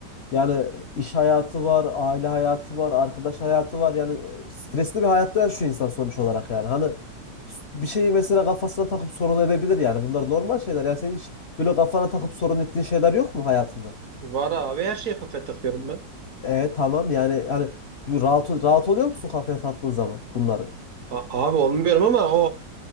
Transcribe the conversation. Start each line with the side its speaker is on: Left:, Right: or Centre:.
Left: Yani iş hayatı var, aile hayatı var, arkadaş hayatı var. Yani e, stresli bir hayatta şu insan sonuç olarak yani. Hani s- bir şeyi mesela kafasına takıp sorun edebilir yani. Bunlar normal şeyler. Yani senin hiç böyle kafana takıp sorun ettiğin şeyler yok mu hayatında?
Right: Var abi her şeye kafa takıyorum ben.
Left: E tamam yani hani bir rahat ol- rahat oluyor musun kafaya taktığın zaman bunları?
Right: A- abi olmuyorum ama o